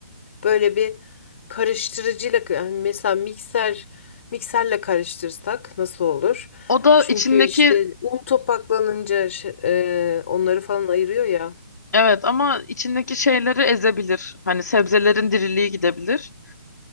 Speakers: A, on the left; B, on the left.
A: böyle bir karıştırıcıyla yani mesela mikser mikserle karıştırsak nasıl olur?
B: O da
A: Çünkü
B: içindeki
A: işte un topaklanınca şey- eee, onları falan ayırıyor ya.
B: evet ama içindeki şeyleri ezebilir. Hani sebzelerin diriliği gidebilir.